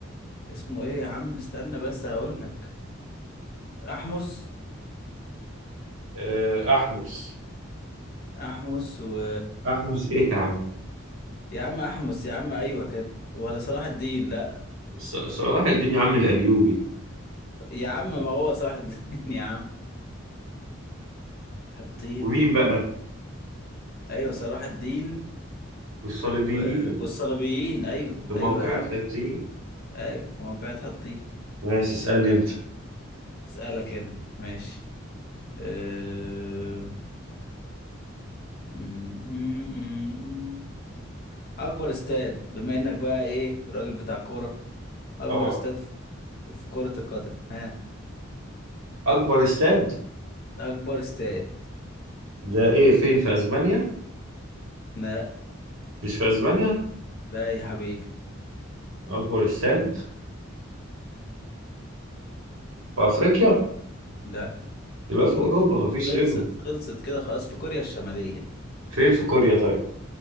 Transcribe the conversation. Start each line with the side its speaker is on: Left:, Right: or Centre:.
Left: اسمه ايه يا عم استنى بس هقول لك احمس
Right: آه، احمس
Left: احمس و
Right: احمس ايه يا عم
Left: يا عم احمس يا عم ايوه كانت ولا صلاح الدين لا
Right: ص- صلاح الدين يا عم الايوبي
Left: يا عم ما هو صلاح الدين <laughs> يا عم حطين
Right: ومين بقى
Left: ايوه صلاح الدين
Right: والصليبيين
Left: و... والصليبيين ايوه
Right: في موقعة
Left: ايوه يا عم
Right: حطين
Left: ايوه في موقع حطين
Right: ماشي اسالني انت
Left: اسالك هنا ماشي أه... م- م- م- م. اكبر استاد بما انك بقى ايه راجل بتاع كوره اكبر
Right: اه
Left: استاد في في كرة القدم ها
Right: اكبر استاد
Left: اكبر استاد
Right: ده ايه فين في اسبانيا
Left: لا
Right: مش في اسبانيا
Left: ده يا حبيبي
Right: اكبر استاد في افريقيا
Left: لا
Right: يبقى في اوروبا مفيش
Left: خلصت
Right: غيرهم
Left: خلصت كده خلاص في كوريا الشمالية
Right: فين في كوريا طيب